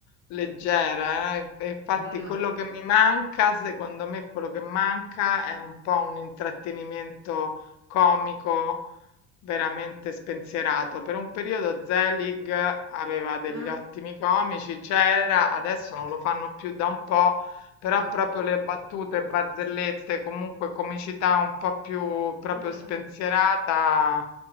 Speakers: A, on the left (about 60°); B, on the right (about 55°).
A: leggera, eh. E infatti
B: Mm,
A: quello che mi manca, secondo me quello che manca è un po' un intrattenimento comico veramente spensierato. Per un periodo Zelig aveva degli
B: mm,
A: ottimi comici, c'era, adesso non lo fanno più da un po', però
B: eh,
A: proprio le battute, barzellette, comunque comicità un po' più proprio
B: mm.
A: spensierata